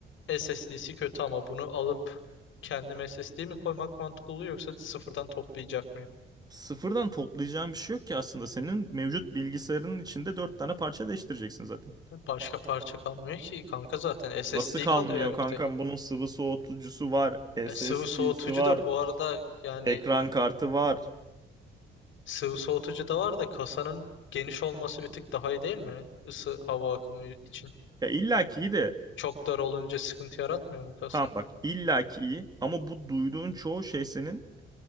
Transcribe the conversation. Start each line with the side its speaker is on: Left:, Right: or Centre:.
Left: SSD'si kötü ama bunu alıp kendim SSD mi koymak mantıklı oluyor yoksa sıfırdan toplayacak mıyım?
Right: Sıfırdan toplayacağın bir şey yok ki aslında. Senin mevcut bilgisayarının içinde dört tane parça değiştireceksin zaten.
Left: Başka parça kalmıyor ki kanka zaten SSD
Right: Nasıl kalmıyor
Left: kalıyor yani
Right: kankam?
Left: bir tek.
Right: Bunun sıvı soğutucusu var, SSD'si
Left: E, sıvı soğutucu
Right: var,
Left: da bu arada yani
Right: ekran kartı var.
Left: sıvı soğutucu da var da kasanın geniş olması bir tık daha iyi değil mi? Isı hava akımı için.
Right: Ya illa ki iyi de.
Left: Çok dar olunca sıkıntı yaratmıyor mu kasa?
Right: Tamam bak illa ki iyi ama bu duyduğun çoğu şey senin